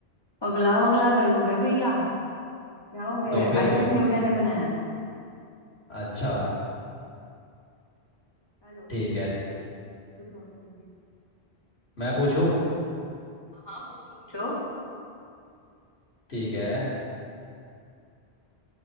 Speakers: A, on the left; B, on the left.
A: पगला वगला गए हो क्या भैया क्या हो गया
B: तो
A: है?
B: फिर
A: आइजैक
B: तुम
A: न्यूटन ने बनाया है
B: अच्छा
A: हेलो
B: ठीक है
A: पूछो अब जल्दी
B: मैं पूछूं
A: हाँ हाँ, पूछो पूछो
B: ठीक है